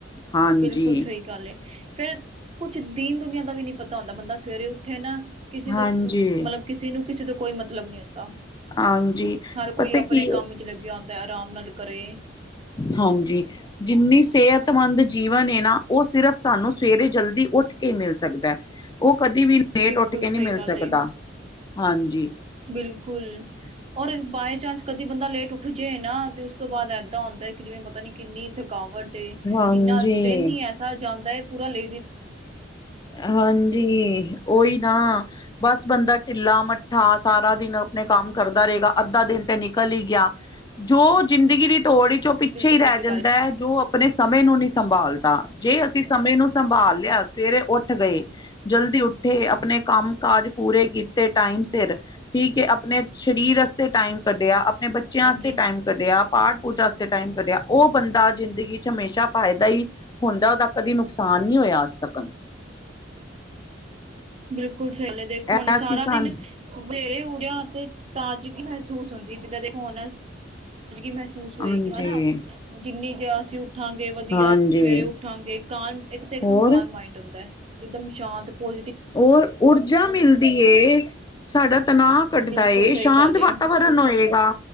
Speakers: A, on the left; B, on the right.
A: ਹਾਂਜੀ।
B: ਬਿਲਕੁਲ ਸਹੀ ਗੱਲ ਏ, ਫੇਰ ਕੁਛ ਦੀਨ- ਦੁਨੀਆਂ ਦਾ ਵੀ ਨਹੀਂ ਪਤਾ ਹੁੰਦਾ, ਬੰਦਾ ਸਵੇਰੇ ਉੱਠੇ ਨਾ ਕਿਸੇ ਤੋਂ
A: ਹਾਂਜੀ
B: ਮਤਲਬ, ਕਿਸੇ ਨੂੰ ਕਿਸੇ ਤੋਂ ਕੋਈ ਮਤਲਬ ਨੀ ਹੁੰਦਾ।
A: ਹਾਂਜੀ,
B: ਹਰ ਕੋਈ
A: ਪਤਾ
B: ਆਪਣੇ
A: ਕੀ।
B: ਕੰਮ ਵਿੱਚ ਲੱਗਿਆ ਹੁੰਦਾ, ਆਰਾਮ ਨਾਲ ਕਰੇ।
A: ਹਾਂਜੀ। ਜਿੰਨੀ ਸਿਹਤਮੰਦ ਜੀਵਨ ਏ ਨਾ, ਉਹ ਸਿਰਫ ਸਾਨੂੰ ਸਵੇਰੇ ਜਲਦੀ ਉੱਠ ਕੇ ਮਿਲ ਸਕਦਾ। ਉਹ ਕਦੇ ਵੀ, ਲੇਟ
B: ਬਿਲਕੁਲ
A: ਉੱਠ ਕੇ ਨਹੀਂ
B: ਸਹੀ
A: ਮਿਲ
B: ਗੱਲ
A: ਸਕਦਾ,
B: ਏ।
A: ਹਾਂਜੀ।
B: ਬਿਲਕੁਲ, ਔਰ ਬਾਏ ਚਾਂਸ ਕਦੀ ਬੰਦਾ ਲੇਟ ਉੱਠ ਜਾਏ ਨਾ, ਤੇ ਉਸ ਤੋਂ ਬਾਅਦ ਏਦਾਂ ਹੁੰਦਾ ਹੈ ਕਿ, ਜਿਵੇਂ ਪਤਾ ਨੀ ਕਿੰਨੀ ਥਕਾਵਟ ਏ,
A: ਹਾਂਜੀ
B: ਇੰਨਾ ਦਿਨ ਹੀ ਐਸਾ ਜਾਂਦਾ ਏ, ਪੂਰਾ ਲੇਜ਼ੀ
A: ਹਾਂਜੀ, ਉਹੀ ਨਾ ਬਸ, ਬੰਦਾ ਢਿੱਲਾ -ਮੱਠਾ ਠਾ, ਸਾਰਾ ਦਿਨ ਆਪਣੇ ਕੰਮ ਕਰਦਾ ਰਹੇਗਾ। ਅੱਧਾ ਦਿਨ ਤੇ ਨਿਕਲ ਹੀ ਗਿਆ, ਜੋ ਜ਼ਿੰਦਗੀ ਦੀ ਦੌੜ ਚ, ਉਹ ਪਿੱਛੇ
B: ਬਿਲਕੁਲ
A: ਹੀ
B: ਸਹੀ
A: ਰਹਿ ਜਾਂਦਾ
B: ਗੱਲ ਏ।
A: ਹੈ ਜੋ ਆਪਣੇ ਸਮੇਂ ਨੂੰ ਨਹੀਂ ਸੰਭਾਲਦਾ, ਜੇ ਅਸੀਂ ਸਮੇਂ ਨੂੰ ਸੰਭਾਲ ਲਿਆ ਸਵੇਰ ਉੱਠ ਗਏ, ਜਲਦੀ ਉੱਠੇ, ਆਪਣੇ ਕੰਮ- ਕਾਜ ਪੂਰੇ ਕੀਤੇ ਟਾਈਮ ਸਿਰ ਠੀਕ ਏ, ਆਪਣੇ ਸਰੀਰ ਵਾਸਤੇ ਟਾਈਮ ਕੱਢਿਆ, ਆਪਣੇ ਬੱਚਿਆਂ
B: ਹਾਂਜੀ,
A: ਵਾਸਤੇ ਟਾਈਮ ਕੱਢਿਆ, ਪਾਠ ਪੂਜਾ ਵਾਸਤੇ ਟਾਈਮ ਕੱਢਿਆ, ਉਹ ਬੰਦਾ ਜ਼ਿੰਦਗੀ ਚ, ਹਮੇਸ਼ਾ ਫਾਇਦਾ ਹੀ ਹੁੰਦਾ, ਉਹਦਾ ਕਦੀ ਨੁਕਸਾਨ ਨਹੀਂ ਹੋਇਆ, ਅੱਜ ਤੱਕਣ।
B: ਬਿਲਕੁਲ ਸਹੀ ਗੱਲ, ਦੇਖੋ
A: ਐ
B: ਹੁਣ ਸਾਰਾ
A: ਸੀ ਸਨ
B: ਦਿਨ ਸਵੇਰੇ ਉਠੇ ਆਂ ਤੇ, ਤਾਜ਼ਗੀ ਮਹਿਸੂਸ ਹੁੰਦੀ ਜਿੱਦਾਂ ਦੇਖੋ ਮਹਿਸੂਸ ਹੋਏਗੀ
A: ਹਾਂਜੀ
B: ਹਨਾ, ਜਿੰਨੀ ਜੇ ਅਸੀਂ ਉੱਠਾਂਗੇ, ਵਧੀਆ
A: ਹਾਂਜੀ
B: ਸਵੇਰੇ ਉੱਠਾਂਗੇ, ਕਾਰਮ, ਇੱਕ ਤੇ ਇਕ
A: ਹੋਰ
B: ਦਮ ਕਾਰਮ ਮਾਈੰਡ ਹੁੰਦਾ, ਇੱਕਦਮ ਸ਼ਾਂਤ ਪੋ
A: ਹੋਰ ਊਰਜਾ ਮਿਲਦੀ ਏ, ਸਾਡਾ ਤਨਾਅ ਘੱਟਦਾ
B: ਬਿਲਕੁਲ
A: ਏ,
B: ਸਹੀ
A: ਸ਼ਾਂਤ
B: ਗੱਲ ਏ।
A: ਵਾਤਾਵਰਨ ਹੋਏਗਾ।